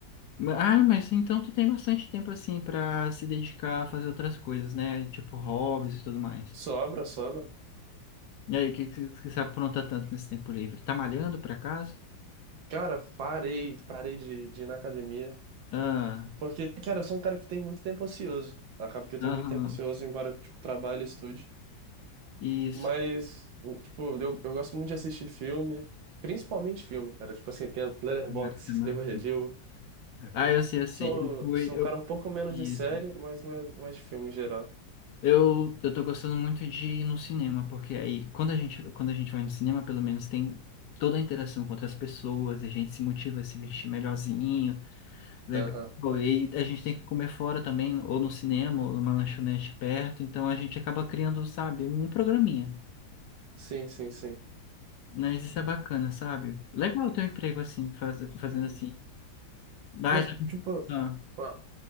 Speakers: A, on the left (about 65°); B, on the right (about 75°).
A: Ma- Ah, mas então tu tem bastante tempo assim para se dedicar a fazer outras coisas, né? Tipo hobbies e tudo mais.
B: Sobra, sobra.
A: E aí, o que que que você apronta tanto nesse tempo livre? Tá malhando por acaso?
B: Cara, parei, parei de, de ir na academia.
A: Ah,
B: Porque, cara, eu sou um cara que tem muito tempo ocioso. Acaba que eu
A: aham,
B: tenho muito tempo ocioso, embora, tipo, trabalhe e estude.
A: isso.
B: Mas, tipo, eu, eu gosto muito de assistir filme, principalmente filme, cara. Tipo assim, tem Letterboxd,
A: Agora que tá
B: escrevo
A: malhando.
B: review.
A: Ah, eu sei, eu sei.
B: Sou,
A: Eu fui,
B: sou
A: eu
B: um cara um pouco menos
A: isso.
B: de série, mas mais, mais de filme em geral.
A: Eu, eu tô gostando muito de ir no cinema, porque aí quando a gente, quando a gente vai no cinema, pelo menos tem toda a interação com outras pessoas, a gente se motiva a se vestir melhorzinho, legal.
B: Aham.
A: E a gente tem que comer fora também, ou no cinema, ou numa lanchonete perto, então a gente acaba criando, sabe, um programinha.
B: Sim, sim, sim.
A: Mas isso é bacana, sabe? Legal ter um emprego assim, faz, fazendo
B: Uhum.
A: assim. Ah,
B: Mas,
A: eu tô...
B: tipo.
A: ah,
B: Ah.